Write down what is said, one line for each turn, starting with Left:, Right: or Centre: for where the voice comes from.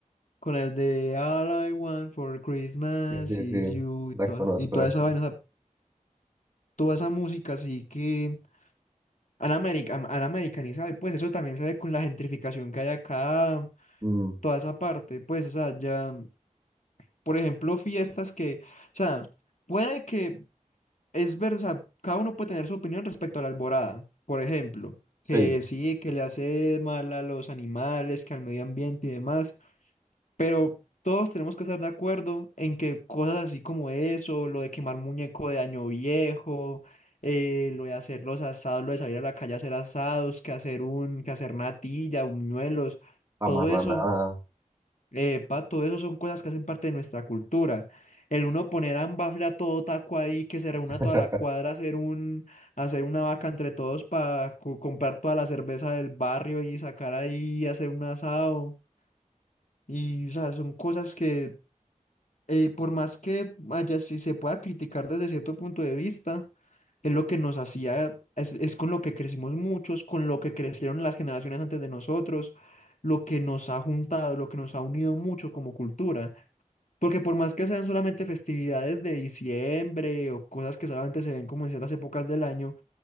Left: con el de All I Want for Christmas
Right: Sí, sí,
Left: is
Right: sí,
Left: You,
Right: la
Left: y toda,
Right: conozco,
Left: y toda
Right: la conozco.
Left: esa vaina, o sea, toda esa música, así que han, americ- han- han americanizado, y pues eso también se ve con la gentrificación que hay acá,
Right: Mm,
Left: toda esa parte, pues, o sea, ya, por ejemplo, fiestas que, o sea, puede que. es ver, o sea, cada uno puede tener su opinión respecto a la alborada. Por ejemplo,
Right: sí,
Left: que sí, que le hace mal a los animales, que al medio ambiente y demás, pero todos tenemos que estar de acuerdo en que cosas así como eso, lo de quemar muñeco de año viejo, eh, lo de hacer los asados, lo de salir a la calle a hacer asados, que hacer un, que hacer natilla, buñuelos, todo
Right: amarranada.
Left: eso eh, pato, eso son cosas que hacen parte de nuestra cultura. El uno poner a un bafle a todo taco ahí, que se reúna
Right: <laughs>
Left: toda la cuadra a hacer un, a hacer una vaca entre todos para comprar toda la cerveza del barrio y sacar ahí, y hacer un asado. Y, o sea, son cosas que, eh, por más que haya, si se pueda criticar desde cierto punto de vista, es lo que nos hacía, es, es con lo que crecimos muchos, con lo que crecieron las generaciones antes de nosotros, lo que nos ha juntado, lo que nos ha unido mucho como cultura. Porque por más que sean solamente festividades de diciembre o cosas que solamente se ven como en ciertas épocas del año,